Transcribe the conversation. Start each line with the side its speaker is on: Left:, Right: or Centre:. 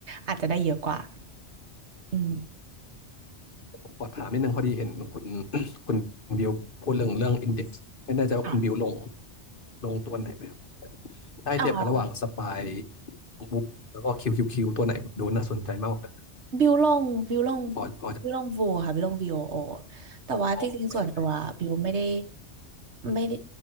Right: อาจจะได้เยอะกว่าอืม
Left: ผมขอถามนิดนึงพอดีเห็นคุณ <coughs> คุณบิวพูดเรื่องเรื่องอินเด็กซ์ไม่แน่ใจว่าคุณบิวลง
Right: ค่
Left: ลงตัวไหนไปครับได้เทียบกันระหว่างสปาย
Right: ะ
Left: บุ๊กแล้วก็คิวคิวคิวตัวไหนแบบดูน่าสนใจมากกว่ากัน
Right: บิวลงบิวลง
Left: พอพอจะ
Right: บิวลงวูค่ะบิวลงวีโอโอแต่ว่าจริงๆส่วนตัวบิวไม่ได้
Left: เอาใช่ไหม
Right: ไม่ได้